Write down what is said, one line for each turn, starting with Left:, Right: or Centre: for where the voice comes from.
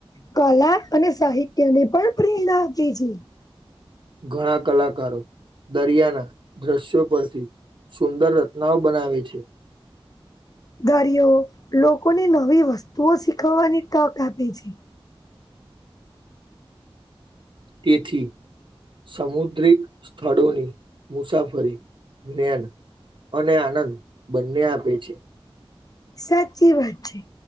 Left: કલા અને સાહિ તેને પણ પ્રેરણા આપી છે.
Right: ઘણા કલાકારો દરિયાના દ્રશ્યો પરથી સુંદર રચનાઓ બનાવે છે.
Left: દરિયો લોકોની નવી વસ્તુઓ શીખવવાની તક આપે છે.
Right: તેથી. સમુદ્રિક સ્થળોની મુસાફરી જ્ઞાન અને આનંદ બંને આપે છે.
Left: સાચી વાત છે.